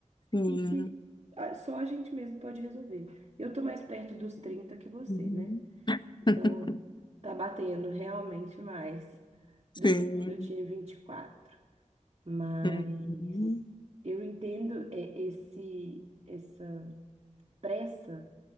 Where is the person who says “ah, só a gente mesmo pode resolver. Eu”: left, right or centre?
Right